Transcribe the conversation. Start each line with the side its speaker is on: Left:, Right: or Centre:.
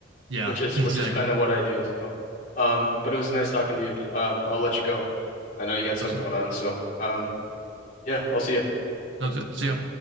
Right: Yeah,
Left: which is
Right: <laughs>
Left: which
Right: exactly.
Left: is kind of what I do. So, um, but it was nice talking to you. Um, I'll let you go. I know you got something
Right: That was good.
Left: going on, so um, yeah, I'll see you.
Right: That was good. See you.